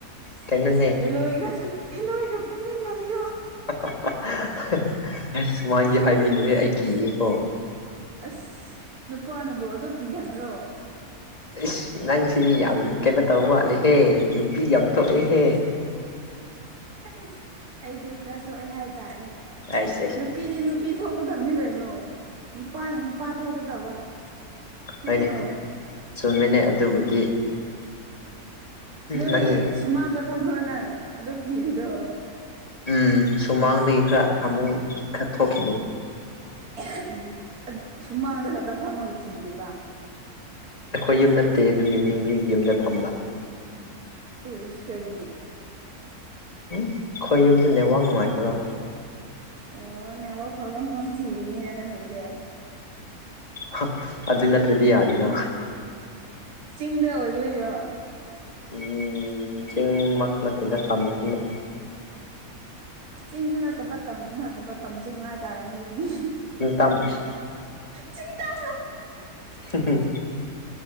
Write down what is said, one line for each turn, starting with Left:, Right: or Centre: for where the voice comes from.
Left: ꯀꯩꯅꯣꯅꯦ
Right: ꯂꯣꯏꯒ ꯍꯦꯂꯣꯏꯒ ꯄꯨꯟꯃꯤꯟꯅꯩꯔꯣ
Left: ꯍꯥ ꯍꯥ ꯍꯥ ꯍ ꯍꯥꯁ ꯁꯨꯃꯥꯏꯟꯗꯤ ꯍꯥꯏꯕꯤꯅꯨꯍꯦ ꯑꯩ ꯀꯤꯌꯦꯀꯣ
Right: ꯑꯁ ꯅꯨꯄꯥꯅꯕꯨ ꯑꯗꯨꯛ ꯀꯤꯒꯟꯕ꯭ꯔꯣ
Left: ꯏꯁ ꯅꯪꯁꯤꯗꯤ ꯌꯥꯝ ꯀꯩꯅꯣ ꯇꯧ ꯃꯥꯜꯂꯦꯍꯦ ꯅꯨꯄꯤ ꯌꯥꯝ ꯊꯣꯛꯑꯦꯍꯦ
Right: ꯑꯩꯁ ꯑꯩꯗꯤ ꯈꯔ ꯊꯣꯛꯑꯦ ꯍꯥꯏꯇꯥꯔꯦ
Left: ꯑꯩꯁ ꯑꯩꯁ
Right: ꯅꯨꯄꯤꯗꯤ ꯅꯨꯄꯤ ꯊꯣꯛꯀꯗꯝꯅꯤ ꯀꯩꯅꯣ ꯅꯨꯄꯥꯅ ꯅꯨꯄꯥ ꯊꯣꯛꯀꯗꯕ ꯅꯠꯇ꯭ꯔꯣ
Left: ꯍꯣꯏꯅꯦ ꯆꯨꯝꯃꯤꯅꯦ ꯑꯗꯨꯕꯨꯗꯤ
Right: ꯅꯣꯏ
Left: ꯅꯪꯁꯦ
Right: ꯁꯨꯃꯥꯡꯗ ꯐꯝꯕ꯭ꯔꯣ ꯅꯪ ꯑꯗꯨ ꯀꯤꯔꯤꯗꯣ
Left: ꯎꯝ ꯁꯨꯃꯥꯡꯗꯒꯤ ꯈꯔ ꯑꯃꯨꯛ ꯈꯔ ꯊꯣꯛꯈꯤꯅꯤ
Right: ꯈꯥ ꯎꯝ ꯑꯠ ꯁꯨꯃꯥꯡꯗ ꯈꯛꯇ ꯐꯝꯃꯒ ꯀꯤꯔꯤꯕ
Left: ꯑꯩꯈꯣꯏ ꯌꯨꯝ ꯅꯠꯇꯦ ꯑꯗꯨꯒꯤꯅꯦ ꯃꯤꯒꯤ ꯌꯨꯝꯗ ꯐꯝꯕ
Right: ꯑꯨꯏꯁ ꯀꯩꯒꯤ
Left: ꯎꯝ ꯈꯣꯏ ꯌꯨꯝꯗꯨ ꯅꯦꯠꯋꯥꯛ ꯅꯨꯡꯉꯥꯏꯇꯕ
Right: ꯑꯣ ꯅꯦꯛꯋꯥꯛ ꯐꯕꯐꯝ ꯊꯤꯔꯤꯅꯦꯅ ꯅꯪꯒꯤꯁꯦ
Left: ꯍꯥ ꯑꯗꯨ ꯅꯠꯇ꯭ꯔꯗꯤ ꯌꯥꯗꯦꯅ
Right: ꯆꯤꯡꯗ ꯑꯣꯏꯕꯩꯔꯣ
Left: ꯎꯝ ꯆꯤꯡꯃꯛ ꯅꯠꯇꯦꯗ ꯇꯝꯁꯨ ꯅꯠꯇꯦ
Right: ꯆꯤꯡꯁꯨ ꯅꯠꯇꯕ ꯇꯝꯁꯨ ꯅꯠꯇꯕ ꯇꯝ ꯆꯤꯡ ꯍꯥꯏ ꯇꯥꯔꯦꯅꯦ ꯑꯗꯨꯗꯤ
Left: ꯊꯝ ꯏꯁ
Right: ꯆꯤꯡ ꯇꯝ
Left: ꯍꯨ ꯍꯨ